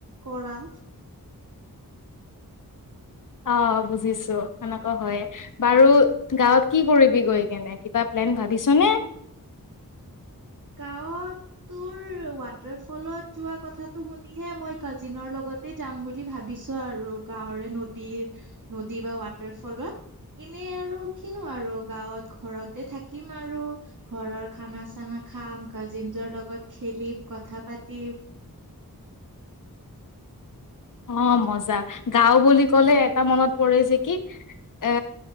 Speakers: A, on the right; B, on the left.
A: কৰা
B: অঁ বুজিছো তেনেকুৱা হয়য়ে বাৰু গাঁওত কি কৰিবি গৈ কেনে কিবা প্লেন ভাবিছোনে।
A: গাঁৱত তোৰ ৱাটাৰ ফলত যোৱা কথাটো শুনিহে মই কাজিনৰ লগতে যাম বুলি ভাবিছো আৰু গাঁৱৰে নদীৰ নদী বা ৱাটাৰ ফলত এনে আৰু কিনো আৰু গাঁৱত ঘৰতে থাকিম আৰু ঘৰৰ খানা চানা খাম কাজিন জনৰ লগত খেলিম কথা পাতিম
B: অঁ মজা গাও বুলি কলে এটা মনত পৰে যে কি এ